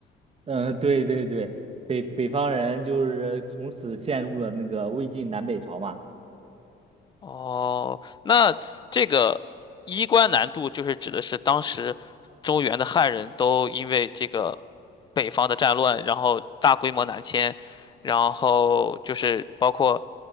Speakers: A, on the right; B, on the left.
A: 嗯，对对对，北北方人就是从此陷入了那个魏晋南北朝嘛。
B: 哦，那这个衣冠南渡就是指的是当时中原的汉人都因为这个北方的战乱，然后大规模南迁，然后就是包括